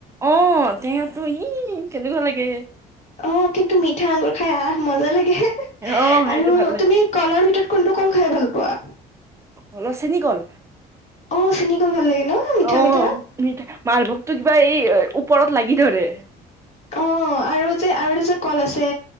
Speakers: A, on the right; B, on the left.
A: অঁ, টেঙাটো ই কেনেকুৱা লাগে।
B: অ কিন্তু মিঠা আঙুৰ খাই আহ মজা লাগে।
A: অ সেইটো
B: আৰু
A: ভাল লাগে
B: তুমি কলৰ ভিতৰত কোনটো কল খাই ভাল পোৱা?
A: কল চেনি কল।
B: অ চিনি কল ভাল লাগে ন মিঠা-মিঠা।
A: অ মিঠা, মালভোগতো কিবা এই ওপৰত লাগি ধৰে।
B: অ আৰু যে আৰু যে কল আছে